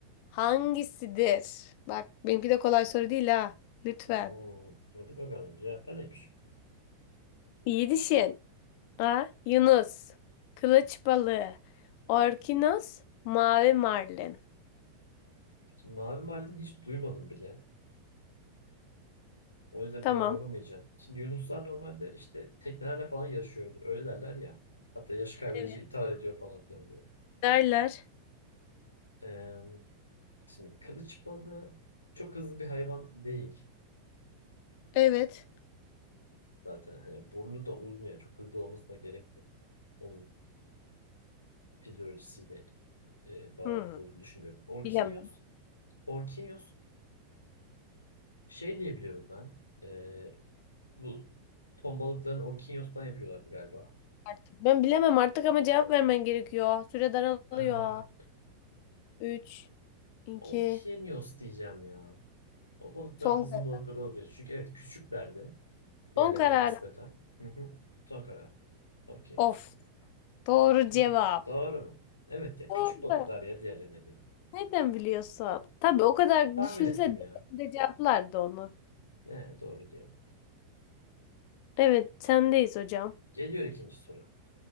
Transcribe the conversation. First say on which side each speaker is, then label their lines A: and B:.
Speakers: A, on the left (about 45°); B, on the left (about 80°).
A: hangisidir? Bak benimki de kolay soru değil ha. Lütfen.
B: Oo, hadi bakalım. Cevap neymiş?
A: İyi düşün. A. Yunus. Kılıç balığı. Orkinos. Mavi marlin.
B: Şimdi mavi marlin hiç duymadım bile. O yüzden
A: Tamam.
B: bir yorum yapamayacağım. Şimdi yunuslar normalde işte teknelerle falan yarışıyordu. Öyle derler ya. Hatta yaşı kaybedince
A: Evet.
B: intihar ediyor falan filan diyor.
A: Derler.
B: Ee, şimdi kılıç balığı çok hızlı bir hayvan değil
A: Evet.
B: zaten. Hani burnu da uzun yani çok hızlı olmasına gerek yok. Onun fizyolojisiyle e, bağlantılı
A: Hmm.
B: olduğunu düşünmüyorum. Orkinyos,
A: Bilemem.
B: Orkinyos şey diye biliyorum ben. E, bu ton balıklarını Orkinyos'tan yapıyorlardı galiba.
A: artık. Ben bilemem artık ama cevap vermen gerekiyor. Süre daralıyor.
B: Ee,
A: 3, 2,
B: Orkinyos diyeceğim ya. O balıklar
A: Son
B: hızlı
A: karar.
B: balıklar olabilir. Çünkü evet küçüklerdi diğerlerine
A: son karar.
B: nispeten. Hı hı. Son karar. Orkinyos.
A: Of. Doğru
B: Ne?
A: cevap.
B: Doğru mu? Evet ya
A: Doğru.
B: küçük balıklar ya diğerlerine göre.
A: Neden biliyorsun? Tabii o kadar
B: Tahmin
A: düşünse
B: ettim
A: de,
B: ya.
A: de cevaplardı onu.
B: Ne doğru diyor.
A: Evet, sendeyiz hocam.
B: Geliyor ikinci soru.